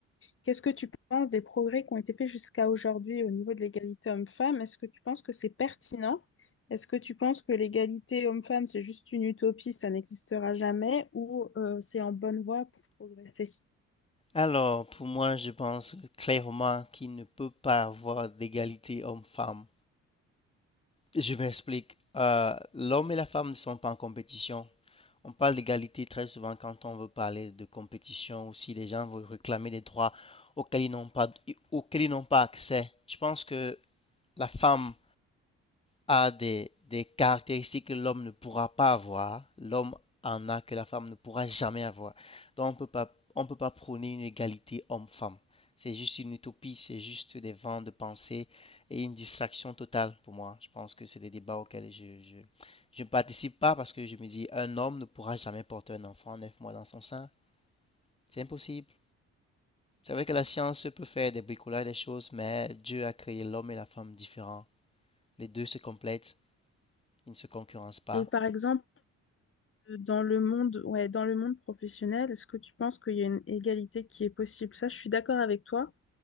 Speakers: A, on the left (about 45°); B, on the left (about 20°).
A: qu'est-ce que tu penses des progrès qui ont été faits jusqu'à aujourd'hui au niveau de l'égalité homme-femme? Est-ce que tu penses que c'est pertinent? Est-ce que tu penses que l'égalité homme-femme, c'est juste une utopie, ça n'existera jamais, ou euh, c'est en bonne voie pour progresser?
B: Alors, pour moi, je pense clairement qu'il ne peut pas avoir d'égalité homme-femme. Je m'explique. Euh, l'homme et la femme ne sont pas en compétition. On parle d'égalité très souvent quand on veut parler de compétition ou si les gens veulent réclamer des droits auxquels ils n'ont pas, auxquels ils n'ont pas accès. Je pense que la femme a des, des caractéristiques que l'homme ne pourra pas avoir, l'homme en a que la femme ne pourra jamais avoir. Donc on ne peut pas, on peut pas prôner une égalité homme-femme. C'est juste une utopie, c'est juste des vents de pensée et une distraction totale pour moi. Je pense que c'est des débats auxquels je, je, je ne participe pas parce que je me dis un homme ne pourra jamais porter un enfant à neuf mois dans son sein. C'est impossible. C'est vrai que la science peut faire des bricolages, des choses, mais Dieu a créé l'homme et la femme différents. Les deux se complètent, ils ne se concurrencent pas.
A: Et par exemple, dans le monde, ouais, dans le monde professionnel, est-ce que tu penses qu'il y a une égalité qui est possible? Ça, je suis d'accord avec toi.